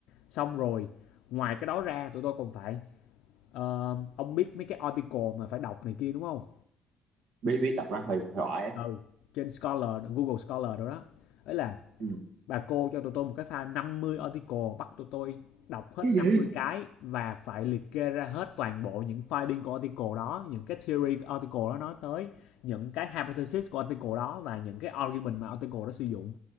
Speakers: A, on the left; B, on the right.
A: xong rồi ngoài cái đó ra tụi tôi còn phải ờ, ông biết mấy cái article mà phải đọc này kia đúng không
B: biết biết đọc ra hơi giỏi
A: ừ trên Scholar Google Scholar đó đó ấy là
B: ừ.
A: Bà cô cho tụi tôi một cái file 50 article, bắt tụi tôi đọc hết
B: cái gì
A: 50 cái và phải liệt kê ra hết toàn bộ những finding của article đó, những cái theory của article đó nói tới, những cái hypothesis của article đó và những cái argument mà article đó sử dụng